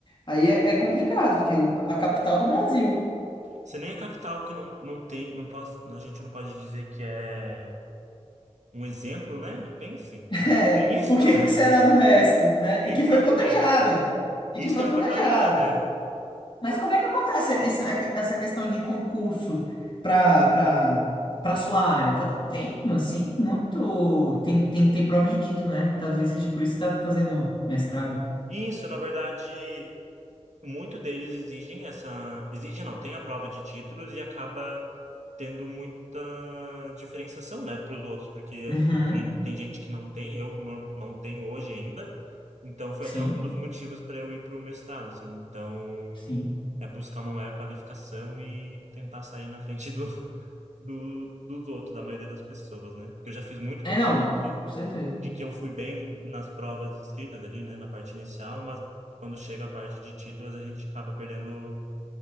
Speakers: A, on the left; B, on the right.
A: aí é, é complicado, porque o- a capital do Brasil.
B: Se nem a capital que não, não tem, não posso, a gente não pode dizer que é um exemplo, né? Pense.
A: <laughs> É,
B: Tem isso
A: o que,
B: também.
A: o que
B: <laughs>
A: será do resto, né?
B: Tem
A: E que
B: que tirar
A: foi
B: do
A: planejada.
B: resto.
A: E
B: Isso
A: que foi
B: que ela
A: planejada.
B: foi planejada, é.
A: Mas como é que acontece esse- essa questão de concurso para para para sua área? Tá- Tem, assim, muito. Tem, tem, tem prova de título, né? Talvez seja por isso que tá fazendo mestrado.
B: Isso, na verdade, muito deles exigem essa. Exigem não, tem a prova de títulos e acaba tendo muita diferenciação, né, para os outros, porque
A: Uhum,
B: tem, tem gente que não tem, eu não, não tenho hoje ainda. Então foi
A: sim,
B: até um dos motivos para eu ir para o mestrado, assim. Então
A: sim.
B: é buscar uma maior qualificação e tentar sair na frente do, <laughs> do, dos outros, da maioria das pessoas, né? Porque eu já fiz muito
A: É,
B: concurso
A: não, com certeza.
B: de que eu fui bem nas provas escritas ali, né, na parte inicial, mas quando chega a parte de títulos a gente acaba perdendo